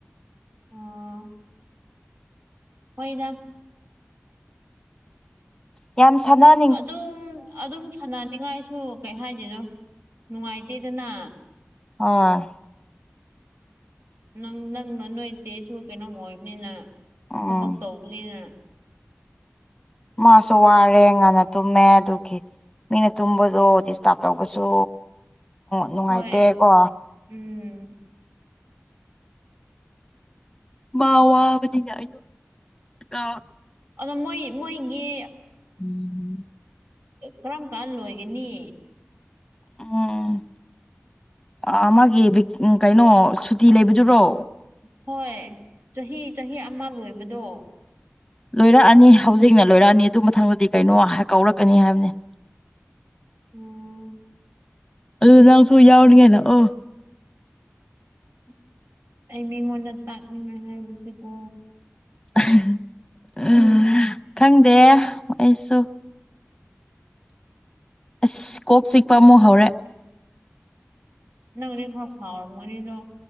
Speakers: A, on the right (about 70°); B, on the left (about 15°).
A: ꯑꯣ ꯃ‌ꯣꯏꯅ
B: ꯌꯥꯝ ꯁꯥꯟꯅ
A: ꯑꯗꯨꯝ ꯑꯗꯨꯝ ꯁꯥꯟꯅꯅꯤꯡꯉꯥꯏꯁꯨ ꯀꯩ ꯍꯥꯏꯗꯣꯏꯅꯣ ꯅꯨꯡꯉꯥꯏꯇꯦꯗꯅ
B: ꯍ‌ꯣꯏ
A: ꯅꯪ ꯅꯪ ꯅ ꯅꯣꯏ ꯆꯦꯁꯨ ꯀꯩꯅꯣꯝ ꯑꯣꯏꯕꯅꯤꯅ
B: ꯎꯝ
A: ꯊꯕꯛ ꯇꯧꯕꯅꯤꯅ
B: ꯃꯥꯁꯨ ꯋꯥꯔꯦ ꯉꯟꯅ ꯇꯨꯝꯃꯦ ꯑꯗꯨꯒꯤ ꯃꯤꯅ ꯇꯨꯝꯕꯗꯣ ꯗꯤꯁꯇꯥꯞ ꯇꯧꯕꯁꯨ ꯅꯨꯡꯉꯥꯏꯇꯦꯀꯣ
A: ꯍꯣꯏ ꯎꯝ
B: ꯃꯥ ꯋꯥꯕꯗꯤ ꯑꯩꯁꯨ ꯑ
A: ꯑꯗꯣ ꯃꯣꯏ ꯃꯣꯏꯒꯤ
B: ꯎꯝ
A: ꯀꯔꯝ ꯀꯥꯟ ꯂꯣꯏꯒꯅꯤ
B: ꯎꯝ ꯑꯥ ꯃꯥꯒꯤ ꯀꯩꯅꯣ ꯁꯨꯇꯤ ꯂꯩꯕꯗꯨꯔꯣ
A: ꯍꯣꯏ ꯆꯍꯤ ꯆꯍꯤ ꯑꯃ ꯂꯣꯏꯕꯗꯣ
B: ꯂꯣꯏꯔꯛꯑꯅꯤ ꯍꯧꯖꯤꯛꯅ ꯂꯣꯏꯔꯛꯑꯅꯤ ꯑꯗꯨ ꯃꯊꯪꯗꯗꯤ ꯀꯩꯅꯣ ꯀꯥꯎꯔꯛꯀꯅꯤ ꯍꯥꯏꯕꯅꯦ
A: ꯎꯝ
B: ꯑꯗꯨꯗ ꯅꯪꯁꯨ ꯌꯥꯎꯅꯤ ꯉꯥꯏ ꯂꯥꯛꯑꯣ
A: ꯑꯁ ꯑꯩ ꯃꯤꯉꯣꯟꯗ ꯇꯥꯛꯅꯤꯡꯉꯥꯏ ꯍꯥꯏꯕꯁꯤꯀꯣ
B: <unintelligible>
A: ꯎꯝ
B: ꯈꯪꯗꯦ ꯑꯩꯁꯨ ꯑꯁ ꯀꯣꯛ ꯆꯤꯛꯄ ꯑꯃꯨꯛ ꯍꯧꯔꯦ
A: ꯅꯪꯗꯤ ꯈ ꯐꯥꯎ ꯔꯝꯃꯅꯤꯗꯣ